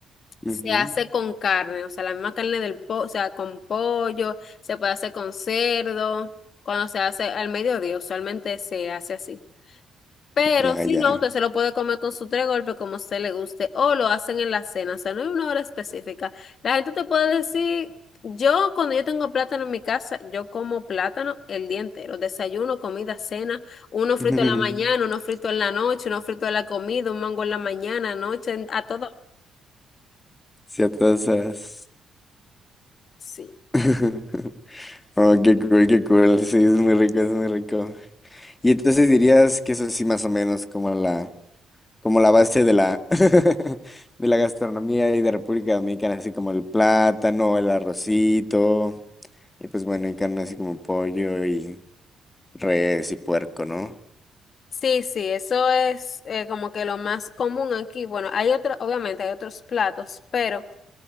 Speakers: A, on the left; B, on the left.
A: Ujú,
B: Se hace con carne, o sea, la misma carne del pollo, o sea, con pollo, se puede hacer con cerdo, cuando se hace al mediodía, usualmente se hace así. Pero
A: Ya,
B: si
A: ya.
B: no, usted se lo puede comer con su tres golpes como a usted le guste, o lo hacen en la cena, o sea, no hay una hora específica. La gente te puede decir, yo cuando yo tengo plátano en mi casa, yo como plátano el día entero, desayuno, comida, cena, uno frito
A: <laughs>
B: en la mañana, uno frito en la noche, uno frito en la comida, un mango en la mañana, noche, a todo.
A: Ciertas horas.
B: Sí.
A: <laughs> Oh, qué cool, qué cool. Sí, es muy rico, es muy rico. Y entonces dirías que eso sí más o menos como la, como la base de la, <laughs> de la gastronomía y de República Dominicana, así como el plátano, el arrocito, y pues bueno, y carne así como pollo y res y puerco, ¿no?
B: Sí, sí, eso es eh, como que lo más común aquí. Bueno, hay otro, obviamente hay otros platos, pero